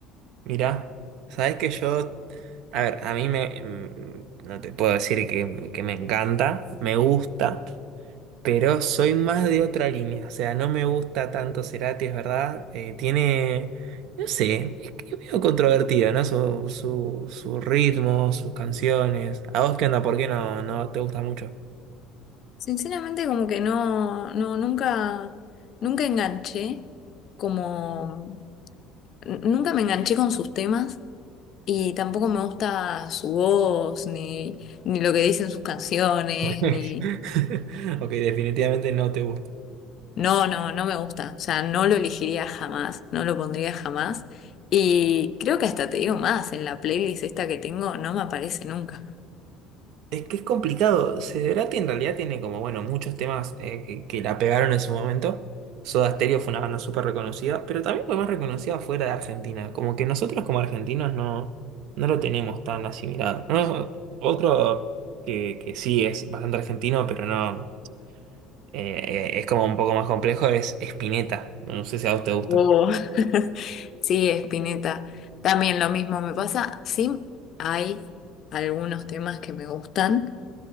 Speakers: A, on the right; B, on the left.
A: Mirá, sabes que yo, a ver, a mí me, mm, no te puedo decir que, que me encanta, me gusta, Pero soy más de otra línea, o sea, no me gusta tanto Cerati, es verdad. eh, tiene, no sé, es que medio controvertido, ¿no? Su, su, su ritmo, sus canciones. ¿A vos qué onda? ¿Por qué no, no te gusta mucho?
B: Sinceramente, como que no, no, nunca, nunca enganché, como n- nunca me enganché con sus temas. Y tampoco me gusta su voz, ni, ni lo que dicen sus canciones,
A: <laughs>
B: ni...
A: Ok, definitivamente no te gusta.
B: No, no, no me gusta. O sea, no lo elegiría jamás, no lo pondría jamás. Y creo que hasta te digo más, en la playlist esta que tengo no me aparece nunca.
A: Es que es complicado. Cerati en realidad tiene como, bueno, muchos temas eh, que, que la pegaron en su momento. Soda Stereo fue una banda súper reconocida, pero también fue más reconocida fuera de Argentina. Como que nosotros como argentinos no, no lo tenemos tan asimilado. No, otro que, que sí es bastante argentino, pero no eh, eh, es como un poco más complejo, es Spinetta. No sé si a vos te gusta.
B: Wow. <laughs> Sí, Spinetta. También lo mismo me pasa. Sí, hay algunos temas que me gustan,